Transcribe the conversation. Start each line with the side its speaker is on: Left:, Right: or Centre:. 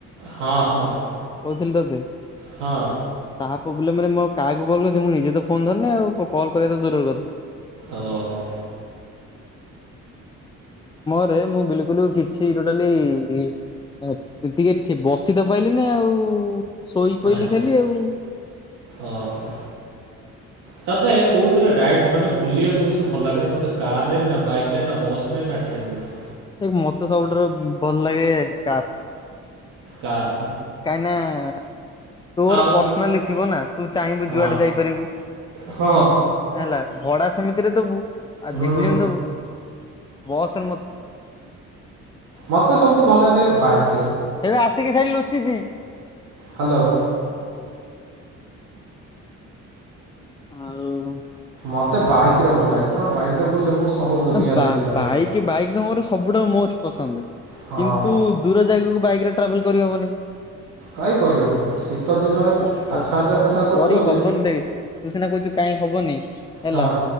Right: ହଁ
Left: <inaudible>
Right: ହଁ
Left: କୋହୁଥିଲି ତତେ
Right: ହଁ
Left: <inaudible> ତା ପୋବ୍ଲେମରେ ମୁଁ ଆଉ କାହାକୁ କଲ୍‌ କରିଚି। ମୁଁ ନିଜେ ତ ଫୋନ ଧରିନି ଆଉ କଲକରିବା ତ ଦୂରର କଥା।
Right: ଓହୋ।
Left: ରୁହେ ମୁଁ ବିଲକୁଲୁ କିଛି ଟୋଟାଲି ଇ ଅ ଟିକେ ଖେ ବସି ତ ପାଇଲିନି ଆଉ। ଶୋଇ ପଇଲିି
Right: ଆଚ୍ଛା
Left: ଖାଲି ଆଉ। <inaudible>
Right: ଓହୋ। ତୋତେ କୋଉଥିରେ ରାଇଡ୍ ମାନେ ବୁଲିବାକୁ ବେଶୀ ଭଲ ଲାଗେ ତତେ କାରରେ ନାଁ ବାଇକରେ ନାଁ ବସେ ନାଁ ଟ୍ରେନରେ?
Left: ଦେଖ ମତେ ସବୁଠାରୁ ଉଁ ଭଲ ଲାଗେ କାର।
Right: କାର।
Left: କାହିଁକ ନାଁ ତୋର
Right: ଆଉ
Left: ପର୍ସନାଲି ଥିବ ନାଁ ତୁ ଚାହିଁବୁ
Right: ହଁ
Left: ଯୁଆଡ଼େ ଯାଇପାରିବୁ।
Right: ହୁଁ
Left: ହେଲା ଭଡ଼ା ସେମିତିରେ ଦବୁ ଆଉ
Right: ହୁଁ
Left: ଯିବୁ ଯେମିତି ଦବୁ ବସରେ ମ
Right: ମତେ ସବୁଠୁ ଭଲ ଲାଗେ ବାଇକ୍।
Left: ହେଇବା ଆସିକି ସେଇଠି ଲୁଚିଛି।
Right: ହ୍ୟାଲୋ
Left: <inaudible> ଆଉ
Right: ମତେ ବାଇକ୍ ରେ ଭଲ ଲାଗେ କାରଣ ବାଇକରେ ବୁଲିଲେ ମୁଁ ସବୁ ଦୁନିଆ
Left: ନା ବା
Right: ଦେଖିପାରେ
Left: ବାଇକ୍ ବାଇକ୍ ତ ମୋର ସବୁଠାରୁ ମୋଷ୍ଟ୍ ପସନ୍ଦ।
Right: ହଁ
Left: କିନ୍ତୁ ଦୂର ଜାଗାକୁ ବାଇକ୍ ରେ ଟ୍ରାଭେଲ୍ କରିହବନି।
Right: କାହିଁ କରିହେବନି
Left: <inaudible>
Right: ଶୀତ ଦିନରେ
Left: କ କ
Right: ଆଚ୍ଛା ଆଚ୍ଛା
Left: ଆରେ
Right: ପିଲା କରୁଛନ୍ତି
Left: କରି ହବନି ଦେଖ୍ ତୁ ସିନା କହୁଛୁ କାହିଁ ହବନି ହେଲା
Right: ହଁ